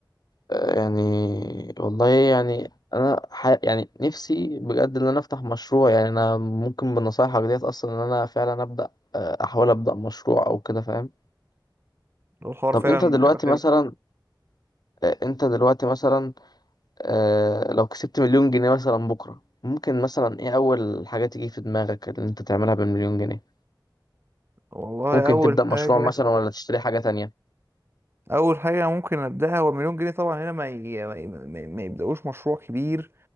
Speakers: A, on the left; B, on the right.
A: آه، يعني والله يعني انا ح... يعني نفسي بجد ان انا افتح مشروع يعني انا ممكن بنصايحك ديت اصلا ان انا فعلا ابدا آه، احاول ابدا مشروع او كده فاهم
B: لو الحوار
A: طب
B: فعلا
A: انت دلوقتي
B: هيبقى حلو
A: مثلا آه، انت دلوقتي مثلا آه، لو كسبت مليون جنيه مثلا بكره ممكن مثلا ايه اول حاجه تيجي في دماغك اللي انت تعملها بالمليون جنيه
B: والله
A: ممكن
B: اول
A: تبدا
B: حاجه
A: مشروع مثلا ولا تشتري حاجه تانية
B: اول حاجه ممكن ابداها هو مليون جنيه طبعا هنا ما ي... ما, ي... ما ي- ما يبداوش مشروع كبير